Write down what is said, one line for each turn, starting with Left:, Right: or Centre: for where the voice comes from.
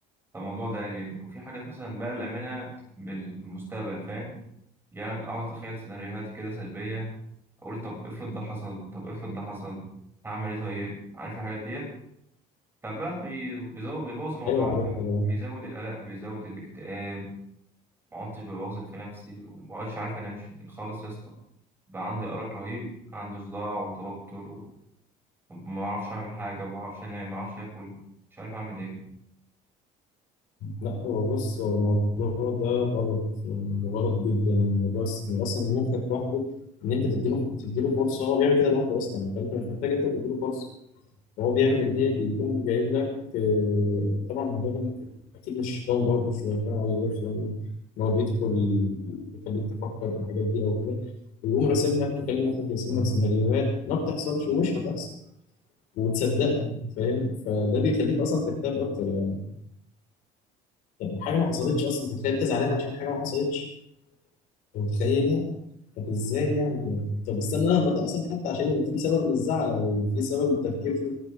Right: فالموضوع ده قلقني وفي حاجات مثلا بقى الامانه بالمستقبل فاهم يعني اقعد اتخيل سيناريوهات كده سلبيه اقول طب افرض ده حصل طب افرض ده حصل هعمل ايه طيب عارف الحاجات ديت فبقى بي- بيزود بيبوظ الموضوع
Left: أيوه
Right: عندي
Left: عارفها
Right: بقى بيزود القلق بيزود الاكتئاب ما عدتش ببقى واثق في نفسي وما عدتش عارف انام ش- خالص يا اسطى بقى عندي ارق رهيب عندي صداع وتوتر و- وما اعرفش اعمل حاجه ما اعرفش انام ما اعرفش اكل مش عارف اعمل ايه
Left: لا هو بص هو الموضوع ده غلط يعني غلط جدا الموضوع س- يعني أصلا مخك لوحده إن أنت تديله تديله فرصة هو بيعمل كده لوحده أصلا فأنت مش محتاج أنت تديله فرصة هو بيعمل ايه بيقوم جايب لك آه، طبعا الموضوع ده ممكن اكيد مش شيطان برضه شيطان او غير شيطان ان هو بيدخل يخليك تفكر في الحاجات دي او كده ويقوم راسم لك يكلمك يرسم لك سيناريوهات ما بتحصلش ومش هتحصل وتصدقها فاهم فده بيخليك اصلا تكتب اكتر يعني حاجه ما حصلتش اصلا أنت متخيل انت زعلان عشان حاجه ما حصلتش أنت متخيل طب ازاي يعني بجد؟ طب استنى لما تحصل حتى عشان يبقى في سبب للزعل او في سبب للتفكير فيه